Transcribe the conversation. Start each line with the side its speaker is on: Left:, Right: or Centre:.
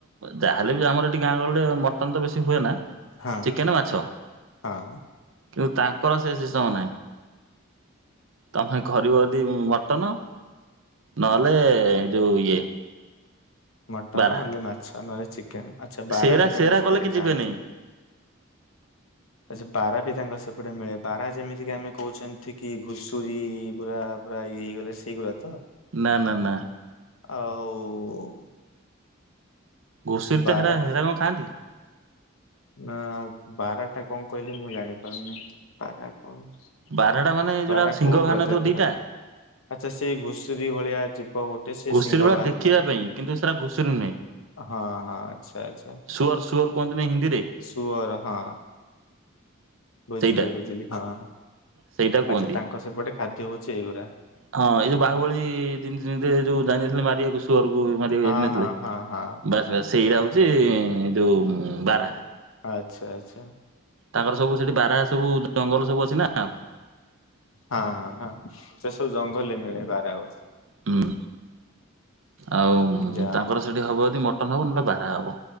Right: ଯା ହେଲେ ବି, ଆମର ଏଠି ଗାଁ ଗହଳିରେ ମଟନ ତ ବେଶୀ ହୁଏ ନା।
Left: ହଁ
Right: ଚିକେନ, ମାଛ,
Left: ହଁ
Right: କିନ୍ତୁ ତାଙ୍କର ସେ ସିଷ୍ଟମ ନାହିଁ। ତମେ କରିବ ଯଦି, ମଟନ ନହେଲେ ଯଉ ଇଏ।
Left: ମଟନ
Right: ବାରାହା
Left: ନହେଲେ ମାଛ, ନହେଲେ ଚିକେନ। ଆଚ୍ଛା, ବାରାହା
Right: ସେରା
Left: ବି ତାଙ୍କ
Right: ସେରା
Left: ସେପଟେ
Right: କଲେ କି ଯିବେନି
Left: ଖାଆନ୍ତି। ଆଚ୍ଛା, ବାରାହା ବି ତାଙ୍କ ସେପଟେ ମିଳେ। ବାରାହା, ଯେମିତି କି ଆମେ କହୁଛନ୍ତି କି, ଘୁଷୁରୀ ଗୁରା ପୁରା ଇଏ ହେଇଗଲେ ସେ ଗୁରାତ।
Right: ନା ନା ନା।
Left: ଆଉ।
Right: ଘୁଷୁରୀ
Left: ବାରା
Right: ତ ହେରା ହେରା କଣ ଖାଆନ୍ତି?
Left: ନା ବାରାହାଟା କଣ କହିଲେ, ମୁଁ ଜାଣି ପାରୁନି। ବାରା କଣ?
Right: ବାରହାଟା ମାନେ
Left: ବାରା
Right: ଯଉଟା ସିଂହ
Left: କୋଉ ପ୍ରଜାତିର
Right: ଭାରିନଥିବ ଦିଟା।
Left: ଆଚ୍ଛା, ସେଇ ଘୁଷୁରୀ ଭଳିଆ ଯିବ ଗୋଟେ। ସେ
Right: ଘୁଷୁରୀ
Left: ଶିଙ୍ଗ
Right: ଭଳି
Left: ବାହାରିଥାଏ
Right: ଦେଖିବା ପାଇଁ କିନ୍ତୁ ସେଟା ଘୁଷୁରୀ ନୁହେଁ।
Left: ହଁ ହଁ, ଆଚ୍ଛା ଆଚ୍ଛା।
Right: <unintelligible> କୁହନ୍ତି ନି ହିନ୍ଦୀରେ।
Left: ସୁଅର ହଁ, ବୁଝଲି
Right: ସେଇଟା
Left: ବୁଝଲି, ହଁ। ଆଚ୍ଛା,
Right: ସେଇଟା କୁହନ୍ତି।
Left: ତାଙ୍କ ସେପଟେ ଖାଦ୍ୟ ହଉଛି ଏଇଗୁଡା।
Right: ହଁ, ଏଇ ବାହୁବଳୀ ଯୋଉ ଜାଇନଥିଲେ ମାରିବାକୁ ସୁୱରକୁ ମାରିବାକୁ
Left: ହଁ
Right: ଯାଇ ନଥିଲେ?
Left: ହଁ ହଁ ହଁ
Right: ବାସ୍ ବାସ୍, ସେଇଟା ହେଉଛି ଯେଉଁ ବାରାହା।
Left: ଆଚ୍ଛା ଆଚ୍ଛା।
Right: ତାଙ୍କର ସବୁ ସେଠି ବାରାହା ସବୁ ଜଙ୍ଗଲ ସବୁ ଅଛି ନା।
Left: ହଁ ହଁ ହଁ, ସେ ସବୁ ଜଙ୍ଗଲରେ ମିଳେ ବାରାହା।
Right: ହୁଁ। ଆଉ,
Left: ଯା
Right: ତାଙ୍କର
Left: ହଉ
Right: ସେଠି ହବ ଯଦି ମ ମଟନ ହବ, ନହେଲେ ବାରାହା ହବ।